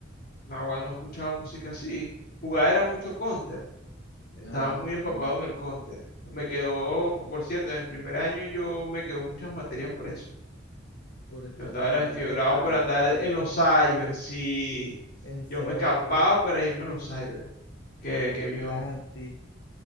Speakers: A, on the left; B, on the left.
A: no, gua- no escuchaba música así. Jugaba era mucho counter. Estaba
B: Ah,
A: muy empapado en el counter. Me quedó, por cierto, en primer año yo me quedó muchas materias por eso.
B: por estar,
A: Yo estaba
B: por
A: era
B: andar
A: enfiebrado
B: de vago.
A: por andar
B: Pero
A: en los cyber. Sí,
B: en Seu,
A: yo me escapaba para irme a los cyber. Qué,
B: en
A: qué viejo?
B: Atlantis,